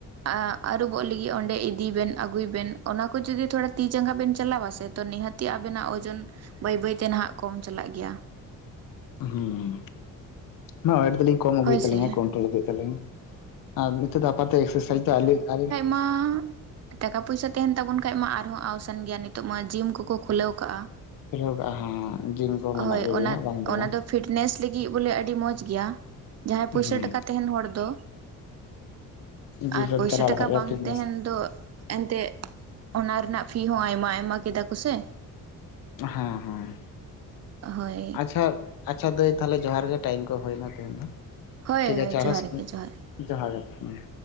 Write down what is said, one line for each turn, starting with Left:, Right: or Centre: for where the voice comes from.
Right: ᱮ ᱟᱨᱩᱵᱚᱜ ᱞᱟᱹᱜᱤᱫ ᱚᱸᱰᱮ ᱤᱫᱤ ᱵᱮᱱ ᱟᱹᱜᱩᱭ ᱵᱮᱱ ᱚᱱᱟᱠᱚ ᱡᱚᱫᱤ ᱛᱷᱚᱲᱟ ᱛᱤ ᱡᱟᱸᱜᱟ ᱵᱮᱱ ᱪᱟᱞᱟ ᱟᱥᱮ ᱛᱚ ᱱᱤᱦᱟᱹᱛ ᱛᱮ ᱟᱵᱮᱱᱟᱜ ᱳᱡᱚᱱ ᱵᱟᱹᱭ ᱵᱟᱹᱭᱛᱮ ᱱᱟᱦᱟᱜ ᱠᱚᱢ ᱪᱟᱞᱟᱜ ᱜᱮᱭᱟ
Left: ᱦᱮᱸ ᱱᱚᱜ-ᱚᱭ ᱫᱚᱞᱤᱧ ᱠᱚᱢ ᱟᱹᱜᱩᱭᱮᱫ
Right: ᱦᱳᱭ
Left: ᱛᱟᱹᱞᱤᱧᱟ
Right: ᱥᱮ
Left: ᱠᱚᱱᱴᱨᱳᱞ ᱟᱹᱜᱩᱭᱮᱫ ᱛᱟᱹᱞᱤᱧᱟ᱾ ᱟ ᱱᱤᱛᱚᱜ ᱫᱚ ᱟᱯᱟᱛᱮ ᱮᱠᱥᱟᱨᱥᱟᱭᱤᱡ ᱟᱞᱤᱧ ᱟᱞᱤᱧ᱾
Right: ᱢᱟᱻᱻ ᱴᱟᱠᱟ ᱯᱚᱭᱥᱟ ᱛᱟᱦᱮᱱ ᱛᱟᱵᱚᱱ ᱠᱷᱟᱡ ᱢᱟ ᱟᱨᱦᱚᱸ ᱟᱣᱥᱟᱱ ᱜᱮᱭᱟ ᱱᱤᱛᱚᱜ ᱢᱟ ᱡᱤᱢ ᱠᱚᱠᱚ ᱠᱷᱩᱞᱟᱹᱣ ᱟᱠᱟᱜ-ᱟ᱾
Left: ᱠᱷᱩᱞᱟᱹᱶ ᱠᱟᱜ ᱦᱟᱜ ᱡᱤᱢ᱾ ᱠᱚ ᱢᱮᱱᱟᱜ
Right: ᱦᱳᱭ
Left: ᱜᱮᱭᱟ
Right: ᱚᱱᱟ
Left: ᱵᱟᱝ
Right: ᱚᱱᱟ
Left: ᱵᱟᱝ
Right: ᱫᱚ ᱯᱷᱤᱴᱱᱮᱥ ᱞᱟᱹᱜᱤᱫ ᱵᱚᱞᱮ ᱟᱹᱰᱤ ᱢᱚᱸᱡ ᱜᱮᱭᱟ ᱡᱟᱦᱟᱸᱭ ᱯᱩᱭᱥᱟᱹ
Left: ᱦᱩᱸ
Right: ᱴᱟᱠᱟ ᱛᱟᱦᱮᱱ ᱦᱚᱲ ᱫᱚ
Left: ᱡᱤᱢ
Right: ᱟᱨ
Left: ᱨᱮᱢ
Right: ᱯᱚᱭᱥᱟ
Left: ᱪᱟᱞᱟᱣ ᱞᱮᱠᱷᱟᱡ
Right: ᱴᱟᱠᱟ
Left: ᱜᱮ
Right: ᱵᱟᱝ
Left: ᱯᱷᱤᱴᱱᱮᱥ
Right: ᱛᱟᱦᱮᱱ ᱫᱚ ᱮᱱᱛᱮ ᱚᱱᱟ ᱨᱮᱱᱟᱜ ᱯᱷᱤ ᱦᱚᱸ ᱟᱭᱢᱟ ᱟᱭᱢᱟ ᱠᱮᱫᱟ ᱠᱚᱥᱮ
Left: ᱦᱮᱸ ᱦᱮᱸ
Right: ᱦᱳᱭ
Left: ᱟᱪᱪᱷᱟ ᱟᱪᱪᱷᱟ ᱫᱳ ᱛᱟᱦᱞᱮ ᱡᱚᱦᱟᱨ ᱜᱮ ᱴᱟᱭᱤᱢ ᱠᱚ ᱦᱩᱭᱱᱟ ᱛᱮᱦᱮᱧ ᱫᱚ
Right: ᱦᱳᱭ
Left: ᱴᱷᱤᱠ
Right: ᱦᱳᱭ
Left: ᱟᱪᱷᱮ ᱟᱨᱦᱚᱸ
Right: ᱡᱚᱦᱟᱨ
Left: ᱥᱚᱢᱚᱭ
Right: ᱜᱮ ᱡᱚᱦᱟᱨ ᱜᱮ᱾
Left: ᱡᱚᱦᱟᱨ ᱜᱮ ᱦᱮᱸ